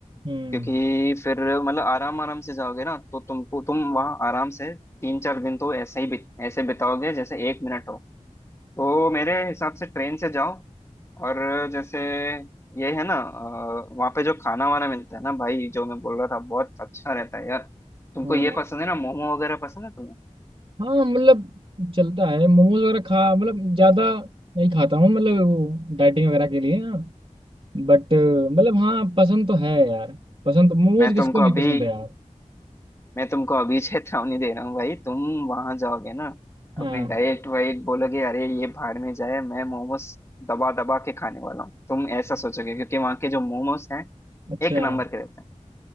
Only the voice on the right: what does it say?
हम्म
हाँ
हाँ मतलब चलता है मोमोज वगैरह खा मतलब ज्यादा नहीं खाता हूँ मतलब वो डाइटिंग वगैरह के लिए हाँ बट मतलब हाँ पसंद तो है यार पसंद तो मोमोज
किसको
नहीं
पसंद है यार
हाँ
अच्छा